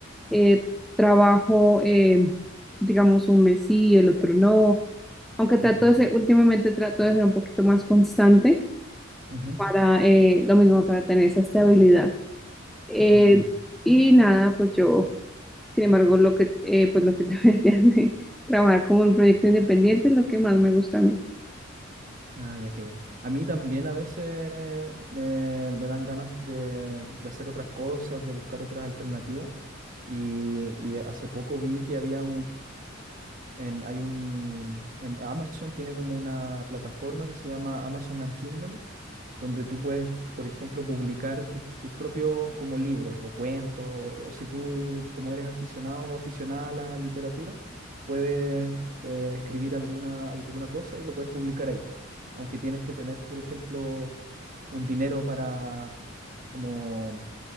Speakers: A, in the centre; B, on the right.
A: eh, trabajo, eh, digamos, un mes sí, el otro no, aunque
B: Mm,
A: trato
B: Ya.
A: de ser, últimamente trato de ser un poquito más constante
B: Ujú.
A: para eh, lo mismo, para tener esa estabilidad. Eh,
B: Ah, ya.
A: y nada, pues yo, sin embargo, lo que, eh, pues lo que te <laughs> decía de trabajar como un proyecto independiente es lo que más me gusta a mí.
B: Ah, ya, qué bien. A mí también a veces me, me dan ganas de, de hacer otras cosas, de buscar otras alternativas. Y, y hace poco vi que había En, hay un, en Amazon tiene como una plataforma que se llama Amazon and Kindle, donde tú puedes, por ejemplo, publicar tu- tus propios como libros o cuentos, o si tú como eres aficionado o aficionada a la literatura, puedes eh, escribir alguna, alguna cosa y lo puedes publicar ahí. Aunque tienes que tener, por ejemplo, un dinero para, como,